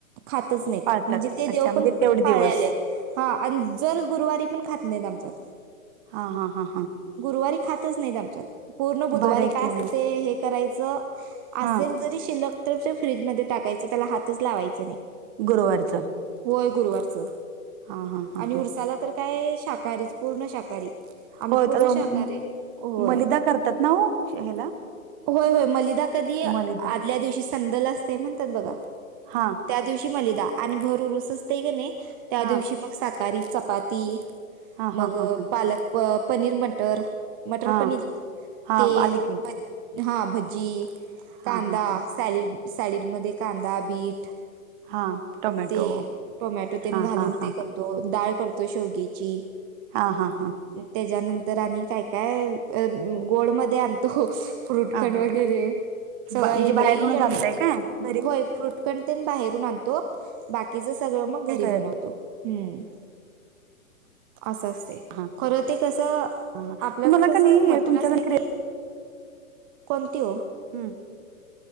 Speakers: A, on the right; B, on the right.
A: खातच नाहीत
B: पाळतात
A: म्हणजे ते
B: अच्छा
A: देव
B: म्हणजे
A: पण
B: तेवढे
A: पाले
B: दिवस
A: हा आणि जर गुरुवारी पण खात नाही आमच्यात
B: हा हा हा हा
A: गुरुवारी खातच नाहीत आमच्यात पूर्ण बुधवारी
B: भारी आहे
A: काय
B: की
A: असेल
B: मग
A: ते हे करायचं
B: हा
A: असेल जरी शिल्लक तर फ्रीजमध्ये टाकायचं त्याला हातच लावायचं नाही
B: गुरुवारचं
A: होय गुरुवारच
B: हा हा हा
A: आणि
B: हा
A: उरसाला तर काय शाकाहारीच पूर्ण शाकाहारी आम्ही
B: हो आता
A: पूर्ण शाकाारी
B: म-
A: होय
B: मलिदा करतात ना हो ह्याला
A: होय होय मलिदा कधी आदल्या
B: मलिदा
A: दिवशी संदल असते म्हणतात बघा
B: हा
A: त्या दिवशी मलिदा आणि भर उरुसचते ग नाही त्या
B: हा
A: दिवशी मग साकाारी चपाती
B: हा
A: मग
B: हा हा हा
A: पालक पनीर मटर मटर
B: हा
A: पनीर
B: हा
A: ते
B: आले की
A: भ हा भजजी
B: हा
A: कांदा
B: हा हा
A: सॅलड सॅलडमध्येध्ये कांदा बीट
B: हा टोमॅटो
A: ते टोमॅटो ते
B: हा
A: घालून
B: हा हा
A: ते कर
B: हा
A: तो डाळ करतो शेवगीची
B: हा हा हां
A: त्याच्यानंतर आणि काय काय अ गोड मध्ये आणतो फ्रूटखंड
B: हा हा
A: वगैरे सगळी
B: बा- म्हणजे बाहेरूनच
A: येडबडते
B: आणताय काय घरी
A: होय फ्रूट ख बाहेरून आणतो बाकीच सगळं मग
B: काय
A: घरी
B: करत
A: बनवतो
B: नाही
A: हम्म असं असते
B: हा
A: खरं ते कसं
B: हा हा
A: आपल्यात
B: तुम्हाला
A: कसं
B: का नाही
A: म्हट
B: तुमच्याकडे
A: नसलं की कोणत्यो
B: हम्म